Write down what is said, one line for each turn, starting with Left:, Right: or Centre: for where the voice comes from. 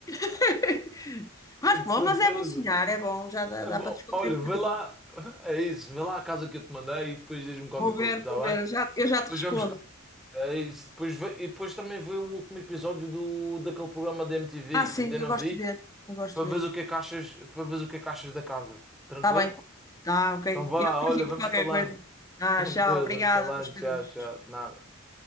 Left: <laughs> Mas
Centre: de
Left: bom,
Centre: certeza.
Left: mas é bom sonhar, é bom, já dá,
Centre: É
Left: dá
Centre: bom.
Left: para descontrair
Centre: Olha,
Left: um bocadinho.
Centre: vê lá. É isso, vê lá a casa que eu te mandei e depois diz-me qualquer
Left: Vou
Centre: coisa,
Left: ver,
Centre: tá
Left: vou ver,
Centre: bem?
Left: já, eu já
Centre: Depois
Left: te respondo.
Centre: vamos, É isso. Depois, ve- e depois também vê o último episódio do, daquele programa da MTV.
Left: Ah, sim,
Centre: Ainda não
Left: eu gosto
Centre: vi.
Left: de ver, eu gosto
Centre: Para
Left: de ver.
Centre: ver o que é que achas, para ver o que é que achas da casa. Tranquilo?
Left: tá bem. tá ok.
Centre: Então vá,
Left: Eu depois
Centre: olha,
Left: digo
Centre: vamos
Left: qualquer
Centre: falando.
Left: coisa.
Centre: <laughs>
Left: Ah,
Centre: Tranquilo,
Left: tchau. Obrigada
Centre: vamos falando.
Left: pelos bocadinhos.
Centre: Tchau, tchau. Nada.